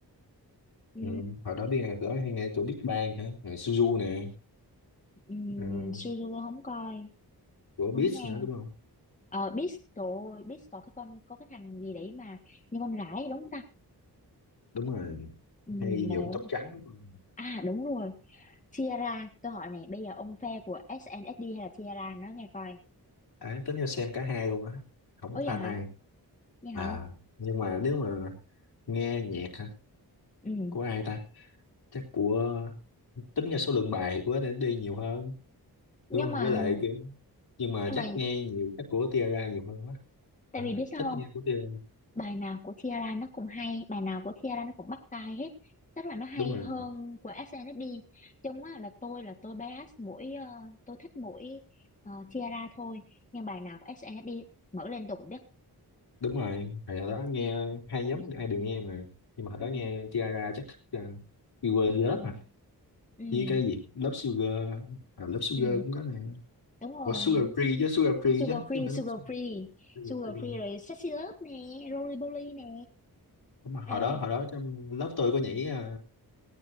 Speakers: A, on the left (about 20°); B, on the left (about 75°).
A: ừ,
B: Ừ, hồi đó biết ai có hay nghe của Big Bang hả Rồi Suzu nè
A: ừ,
B: ừ,
A: Suzu không coi
B: của
A: không
B: Beats
A: nghe
B: nữa đúng không
A: ờ Beast trời ơi Beast có cái con có cái thằng gì đấy mà như con gái ấy, đúng không ta
B: đúng rồi
A: ừ,
B: hay nhuộm
A: đấy
B: tóc trắng đúng
A: à đúng rồi Tiara tôi hỏi này bây giờ ông phe của SNSD hay là Tiara nó nghe coi
B: Đấy, tính ra xem cả hai luôn á không
A: ôi
B: có
A: vậy
B: pha
A: hả
B: này
A: nghe
B: à
A: hả
B: nhưng mà nếu mà nghe nhạc hả
A: ừ
B: của ai ta chắc của tính ra số lượng bài thì của để đi nhiều hơn
A: nhưng
B: đúng
A: mà
B: không với lại kiểu nhưng mà
A: nhưng
B: chắc
A: mà
B: nghe nhiều chắc của Tiara nhiều hơn quá
A: tại
B: à,
A: vì biết
B: thích
A: sao
B: thích
A: không
B: nghe của Tiara
A: bài nào của Tiara nó cũng hay bài nào của Tiara nó cũng bắt tai hết tức là nó hay
B: đúng rồi
A: hơn của SNSD chung á là tôi là tôi bias mỗi ờ, tôi thích mỗi ờ, Tiara thôi nhưng bài nào của SNSD mở lên tôi cũng biết
B: đúng rồi hồi đó nghe hai nhóm
A: ừ,
B: ai đều nghe mà nhưng mà hồi
A: ừ,
B: đó nghe Tiara chắc thích uh, You Were in
A: ừ,
B: Love mà
A: ừ,
B: với cái gì Love Sugar à, Love Sugar
A: ừ.
B: cũng có nè
A: đúng rồi
B: Ủa Sugar Free chứ Sugar Free
A: Sugar
B: chứ
A: Free
B: chứ không phải
A: Sugar
B: Love
A: Free
B: Sugar
A: Sugar
B: Free
A: Free rồi Sexy Love nè Roly Poly nè
B: Đúng rồi. hồi
A: ê
B: đó hồi đó trong lớp tôi có nhảy à,